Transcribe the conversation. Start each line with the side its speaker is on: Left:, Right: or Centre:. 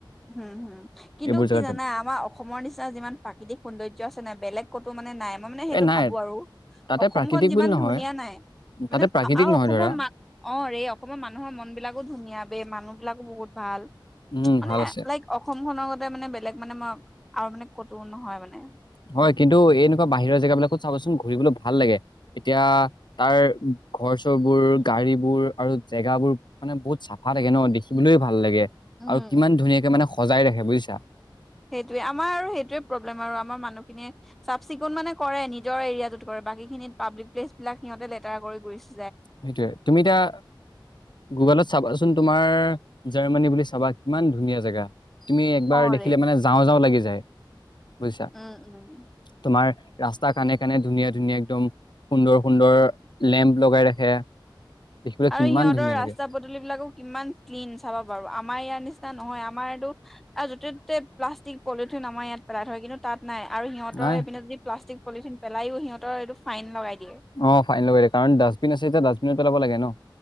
Centre: হুম হুম। কিন্তু
Left: এইবোৰ
Centre: কি
Left: জেগাত
Centre: জানা
Left: যাম
Centre: আমাৰ অসমৰ নিচিনা যিমান প্ৰাকৃতিক সৌন্দৰ্য আছে নাই বেলেগ ক'তো মানে নাই। মই মানে সেইটো
Left: এ নাই
Centre: ভাবো আৰু,
Left: তাতে
Centre: অসমখন
Left: প্ৰাকৃতিক
Centre: যিমান
Left: বুলি নহয়
Centre: ধুনীয়া নাই মানে
Left: তাতে প্ৰাকৃতিক
Centre: আৰু
Left: নহয়
Centre: অসমৰ
Left: ধৰা
Centre: মান অ ৰে অসমৰ মানুহৰ মন বিলাকো ধুনীয়া বে মানুহ বিলাকো বহুত ভাল
Left: উম
Centre: মানে
Left: ভাল আছে।
Centre: লাইক অসমখনৰ গতে মানে বেলেগ মানে মই আৰু মানে কতো নহয় মানে।
Left: হয়। কিন্তু এনেকুৱা বাহিৰৰ জেগাবিলাকত চাবাচোন ঘুৰিবলৈ ভাল লাগে। এতিয়া তাৰ ঘৰ-চৰবোৰ, গাড়ী বোৰ আৰু জেগাবোৰ মানে বহুত চাফা থাগে ন দেখিবলৈয়ে ভাল লাগে।
Centre: উম
Left: আৰু কিমান ধুনীয়াকে মানে সজাই ৰাখে বুজিছা।
Centre: সেইটোৱে। আমাৰ আৰু সেইটোৱে প্ৰব্লেম আৰু আমাৰ মানুহখিনিয়ে চাফ চিকুণ মানে কৰে নিজৰ এৰিয়াতটোত কৰে। বাকী খিনিত পাবলিক প্লেচ বিলাক সিহঁতে লেতেৰা কৰি কৰিছে।
Left: সেইটোৱে। তুমি এতিয়া গুগলত চাবাচোন তোমাৰ জাৰ্মানী বুলি চাবা। ইমান ধুনীয়া জেগা। তুমি একবাৰ
Centre: অ
Left: দেখিলে
Centre: ৰে
Left: মানে যাওঁ যাওঁ লাগি যায়। বুজিছা?
Centre: উম উম
Left: তোমাৰ ৰাস্তা কানে-কানে ধুনীয়া-ধুনীয়া একদম সুন্দৰ-সুন্দৰ লেম্প লগাই ৰাখে। দেখিবলৈ
Centre: আৰু
Left: কিমান
Centre: সিহঁতৰ
Left: ধুনীয়া
Centre: ৰাস্তা
Left: লাগে
Centre: পদূলি বিলাকো কিমান ক্লিন চাবা বাৰু। আম আমাৰ ইয়াৰ নিচিনা নহয়। আমাৰ এইটো য'তে ত'তে প্লাষ্টিক, পলিথিন আমাৰ ইয়াত পেলাই থয়। কিন্তু তাত নাই আৰু সিহঁতৰ
Left: নাই
Centre: এইপিনে যদি প্লাষ্টিক পলিথিন পেলাইও সিহঁতৰ এইটো ফাইন লগাই দিয়ে।
Left: অ ফাইন লগাই কাৰণ ডাষ্টবিন আছে যেতিয়া ডাষ্টবিনত পেলাব লাগে ন।